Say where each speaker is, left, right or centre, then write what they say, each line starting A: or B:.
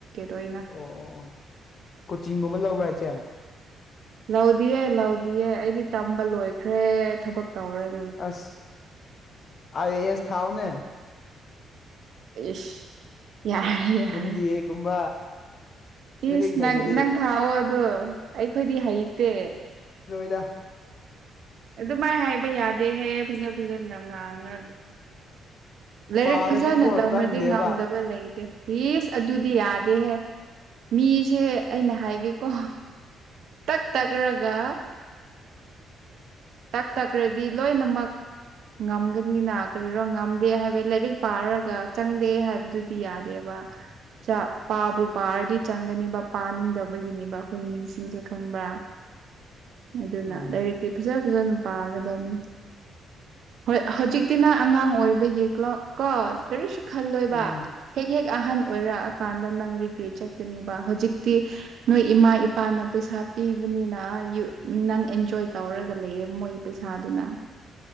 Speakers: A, on the right; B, on the left.
A: ꯑꯣꯏꯅ
B: ꯑꯣ ꯑꯣ ꯀꯣꯆꯤꯡꯒꯨꯝꯕ ꯂꯧꯕ꯭ꯔꯥ ꯍꯥꯏꯁꯦ
A: ꯂꯧꯗꯤꯌꯦꯦ ꯂꯧꯗꯤꯌꯦ ꯑꯩꯗꯤ ꯇꯝꯕ ꯂꯣꯏꯈ꯭ꯔꯦ ꯊꯕꯛ ꯇꯧꯔꯒꯦ
B: ꯑꯁ ꯑ ꯑꯦꯁ ꯊꯥꯎꯅꯦ
A: ꯏ ꯌꯥꯔ ꯌꯥꯔ
B: ꯑꯦꯟ ꯗꯤ ꯑꯦꯒꯨꯝꯕ ꯂꯥꯏꯔꯤꯛ
A: ꯏꯁ
B: ꯍꯩꯔꯗꯤ
A: ꯅꯪ ꯅꯪ ꯊꯥꯛꯑꯣ ꯑꯗꯣ ꯑꯩꯈꯣꯏꯗꯤ ꯍꯩꯇꯦ
B: ꯈꯨꯗ
A: ꯑꯗꯨꯃꯥꯏ ꯍꯥꯏꯕ ꯌꯥꯗꯦꯍꯦ ꯐꯖ ꯐꯖꯅ ꯉꯥꯡ ꯉ ꯂꯥꯏꯔꯤꯛ
B: ꯄꯥꯔꯁꯨꯀꯣ
A: ꯐꯖꯅ ꯇꯝꯃ꯭ꯔꯗꯤ
B: ꯆꯪꯗꯦꯕ
A: ꯉꯝꯗꯕ ꯂꯩꯇꯦ ꯌꯦꯁ ꯑꯗꯨꯗꯤ ꯌꯥꯗꯦꯍꯦ ꯃꯤꯁꯦ ꯑꯩꯅ ꯍꯥꯏꯒꯦꯀꯣ ꯇꯛ ꯇꯒ꯭ꯔꯒ ꯇꯥꯛ ꯇꯛꯈ꯭ꯔꯗꯤ ꯂꯣꯏꯅꯃꯛ ꯉꯝꯒꯅꯤꯅ ꯀꯔꯤꯔꯣ ꯉꯝꯗꯦ ꯍꯥꯏꯕ ꯂꯥꯏꯔꯤꯛ ꯄꯥꯔꯒ ꯆꯪꯗꯦ ꯍꯥꯏꯕꯗꯨꯗꯤ ꯌꯥꯗꯦꯕ <unintelligible> ꯄꯥꯕꯨ ꯄꯥꯔꯗꯤ ꯆꯪꯒꯅꯤꯕ ꯄꯥꯅꯤꯡꯗꯕꯒꯤꯅꯤꯕ ꯑꯩꯈꯣꯏ ꯃꯤꯁꯤꯡꯁꯦ ꯈꯪꯕ꯭ꯔꯥ ꯑꯗꯨꯅ
B: ꯎꯝ
A: ꯂꯗꯥꯏꯔꯦꯛꯇꯤ ꯐꯖ ꯐꯖꯅ ꯄꯥꯒꯗꯕꯅꯤ ꯍꯣꯏ ꯍꯧꯖꯤꯛꯇꯤ ꯅ ꯑꯉꯥꯡ ꯑꯣꯏꯕꯒꯤ ꯀ꯭ꯂꯣ ꯀꯣ ꯀꯔꯤꯁꯨ ꯈꯜꯂꯣꯏꯕ
B: ꯎꯝ
A: ꯍꯦꯛ ꯍꯦꯛ ꯑꯍꯟ ꯑꯣꯏꯔꯛꯑꯀꯥꯟꯗ ꯅꯪ ꯔꯤꯒ꯭ꯔꯤ ꯆꯠꯀꯅꯦꯕ ꯍꯧꯖꯤꯛꯇꯤ ꯅꯣꯏ ꯏꯃꯥ ꯏꯄꯥꯅ ꯄꯩꯁꯥ ꯄꯤꯕꯅꯤꯅ ꯅꯪ ꯑꯦꯟꯖꯣꯏ ꯇꯧꯔꯒ ꯂꯩꯌꯦ ꯃꯣꯏ ꯄꯩꯁꯥ ꯊꯥꯗꯨꯅ